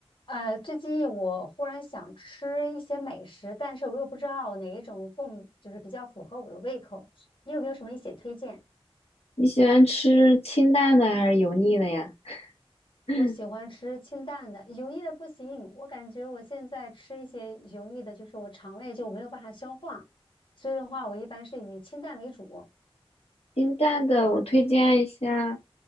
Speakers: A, on the left; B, on the left.
A: 呃，最近我忽然想吃一些美食，但是我又不知道哪一种更就是比较符合我的胃口。你有没有什么一些推荐？
B: 你喜欢吃清淡的还是油腻的呀？<clears throat>
A: 我喜欢吃清淡的，油腻的不行。我感觉我现在吃一些油腻的，就是我肠胃就没有办法消化，所以的话，我一般是以清淡为主。
B: 清淡的，我推荐一下，